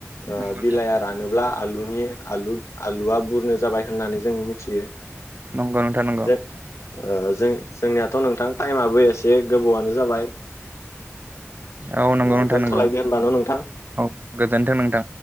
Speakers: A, on the left; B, on the right.
A: ओ
B: नंगौ
A: बिलाइया रानोब्ला आलुनि आलु आलुआ बुरनो जाबाय होननानै जों मिथियो।
B: नंगौ नोंथा नंगौ।
A: जे ओ जों जोंनियाथ' नोंथां टाइमआो एसे गोबावआनो जाबाय।
B: औ नंगौ
A: ओ
B: नोंथां
A: दोनथ'लायदो
B: नंगौ
A: होनब न' नोंथां।
B: औ गोजोन्थों नोंथां